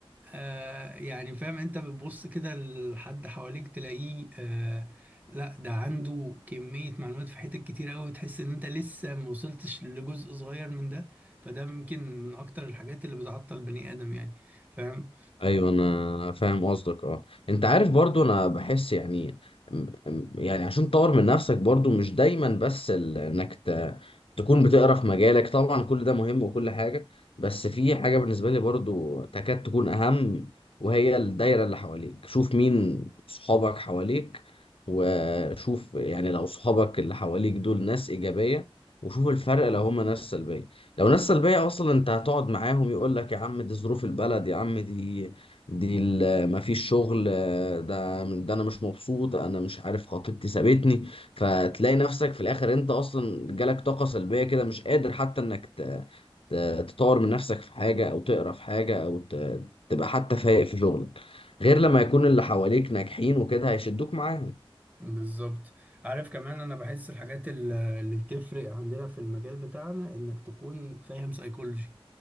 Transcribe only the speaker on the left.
ايوه انا فاهم قصدك اه انت عارف برضو انا بحس يعني م- م- يعني عشان تطور من نفسك برضو مش دايما بس ال- انك ت... تكون بتقرا في مجالك طبعا كل ده مهم وكل حاجة بس في حاجة بالنسبة لي برضو تكاد تكون اهم وهي الدايرة اللي حواليك شوف مين صحابك حواليك وشوف يعني لو صحابك اللي حواليك دول ناس إيجابية وشوف الفرق لو هما ناس سلبية لو ناس سلبية أصلا أنت هتقعد معاهم يقول لك يا عم دي ظروف البلد يا عم دي دي ال- مفيش شغل آه، ده ده انا مش مبسوط انا مش عارف خطيبتي سابتني فتلاقي نفسك في الاخر انت اصلا جالك طاقة سلبية كده مش قادر حتى انك ت- ت- تطور من نفسك في حاجة او تقرا في حاجة او ت- تبقى حتى فايق في شغلك غير لما يكون اللي حواليك ناجحين وكده هيشدوك معاهم